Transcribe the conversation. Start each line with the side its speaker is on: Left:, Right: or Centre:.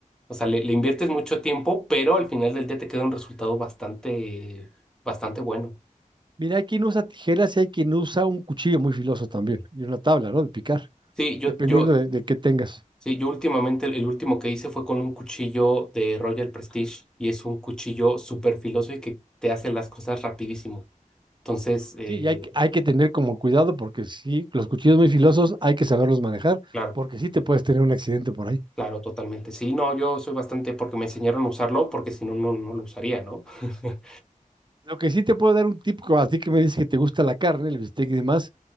Centre: O sea, le, le inviertes mucho tiempo, pero al final del día te queda un resultado bastante, bastante bueno.
Right: Mira, hay quien usa tijeras y hay quien usa un cuchillo muy filoso también, y una tabla, ¿no? De picar,
Centre: Sí, yo,
Right: dependiendo
Centre: yo,
Right: de, de qué tengas.
Centre: sí, yo últimamente el, el último que hice fue con un cuchillo de Royal Prestige y es un cuchillo súper filoso y que te hace las cosas rapidísimo. Entonces, eh,
Right: Sí, y hay, que- hay que tener como cuidado porque sí, los cuchillos muy filosos hay que saberlos manejar,
Centre: claro.
Right: porque sí te puedes tener un accidente por ahí.
Centre: Claro, totalmente. Sí, no, yo soy bastante porque me enseñaron a usarlo, porque si no, no, no lo usaría, ¿no? <laughs>
Right: Lo que sí te puedo dar un tip, co- a ti que me dices que te gusta la carne, el bistec y demás,